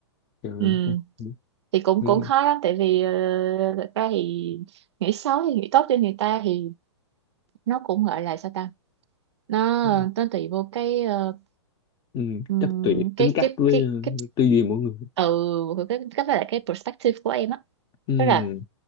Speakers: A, on the left (about 25°); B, on the right (about 65°).
A: Kiểu
B: ừ
A: em cũng
B: thì cũng
A: ừ,
B: cũng khó lắm tại vì ờ, thật ra thì nghĩ xấu thì nghĩ tốt cho người ta thì nó cũng gọi là sao ta nó
A: ừ,
B: nó tùy vô cái ờ,
A: ừ,
B: ừm,
A: chắc tùy tính
B: cái
A: cách
B: cái
A: với
B: cái
A: ờ,
B: cái
A: tư duy mỗi người
B: ừ cái cái là cái perspective của em á
A: ừ
B: tức là